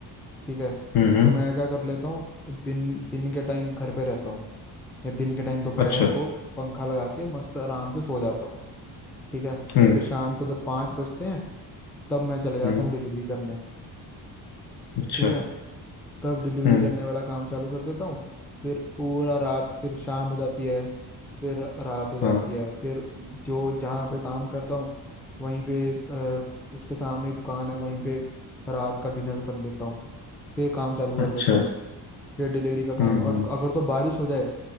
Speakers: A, in the centre; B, on the left.
A: ठीक है
B: हम्म हम्म,
A: तो मैं क्या कर लेता हूँ दिन दिन के टाइम घर पे रहता हूँ या दिन के टाइम दोपहर
B: अच्छा
A: को पंखा लगा के मस्त आराम से सो जाता हूँ ठीक है
B: हम्म
A: फिर शाम को जब पाँच बजते हैं तब मैं चले जाता
B: हम्म
A: हूँ डिलीवरी करने
B: अच्छा
A: ठीक है तब डिलीवरी
B: हम्म
A: करने वाला काम चालू कर देता हूँ फिर पूरा रात फिर शाम हो जाती है फिर रात हो जाती
B: हाँ
A: है फिर जो जहाँ पे काम करता हूँ वहीं पे अ, उसके सामने ही दुकान है वहीं पे रात का डिनर कर लेता हूँ फिर काम चालू
B: अच्छा
A: कर देता हूँ फिर डिलीवरी का काम
B: हम्म
A: और
B: हम्म
A: अगर तो बारिश हो जाए